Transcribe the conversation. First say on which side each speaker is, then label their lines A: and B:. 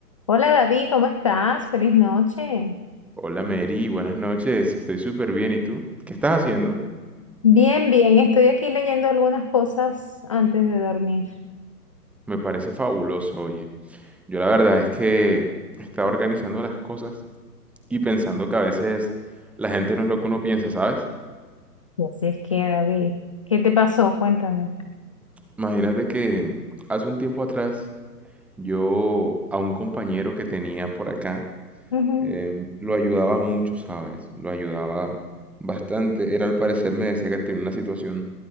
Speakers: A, on the left (about 20°); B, in the centre.
A: Hola David, ¿cómo estás? Feliz noche.
B: Hola Mary, buenas noches, estoy súper bien. ¿Y tú? ¿Qué estás haciendo?
A: Bien, bien, estoy aquí leyendo algunas cosas antes de dormir.
B: Me parece fabuloso, oye. Yo la verdad es que estaba organizando las cosas y pensando que a veces la gente no es lo que uno piensa, ¿sabes?
A: Y Así es que, David, ¿qué te pasó? Cuéntame.
B: Imagínate que hace un tiempo atrás yo a un compañero que tenía por acá
A: Ujú,
B: em, lo ayudaba mucho, ¿sabes? Lo ayudaba bastante. Él al parecer me decía que tenía una situación